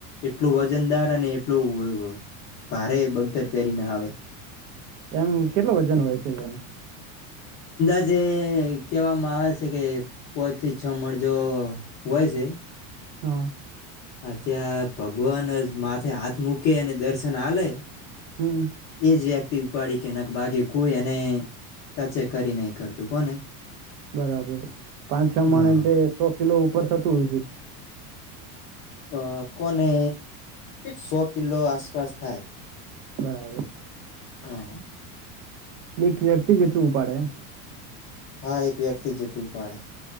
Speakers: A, on the left; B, on the right.
A: એટલું વજનદાર ને એટલું ભારે બગદર પહેરી ના આવે
B: એમ કેટલા વજન ન હોય છે તેનું
A: જે કહેવામાં આવે છે કે પોત થી છ મળરજો વય છે
B: હા
A: ત્યાં ભગવાન જ માથે હાથ મૂકે અને દર્શન આલેે
B: હમ
A: એ જ વ્યક્તિ ઉપાડી કે નક બાકી કોઈ એને તચ કરી નહી કરતું કોને
B: બરાબર પાંચ છ
A: હા
B: મણ એ સો કિલો ઉપર થતું હયશે
A: અ કોને સો કિલો આસપાસ થાય
B: બરાબર
A: હા
B: એક વ્યક્તિ જેટલું ઉપાડે એમ
A: હા એક વ્યક્તિ જેટલું પાડે